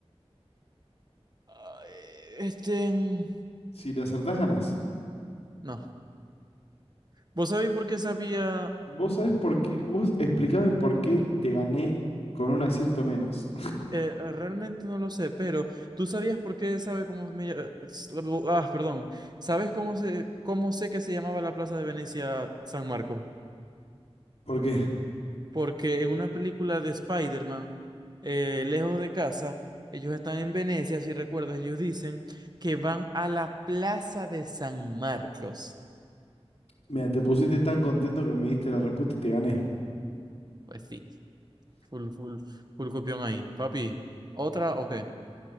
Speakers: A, on the right; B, on the left.
A: ah, eh, Este. mm,
B: si le acertás, ganás.
A: No. ¿Vos sabéis por qué sabía?
B: Vos sabés por qué. Vos explícame por qué te gané con un acierto menos.
A: eh, ah, realmente no lo sé, pero ¿tú sabías por qué sabe cómo me... ll- Ah, perdón. ¿Sabes cómo se, cómo sé que se llamaba la Plaza de Venecia San Marcos?
B: <laughs> ¿Por qué?
A: Porque en una película de Spider-Man, eh, Lejos de casa, ellos están en Venecia, si recuerdas, ellos dicen que van a la Plaza de San Marcos.
B: Mira, te pusiste tan contento que me diste la respuesta y te gané.
A: Pues sí, full, full, full copión ahí. Papi, otra, o qué,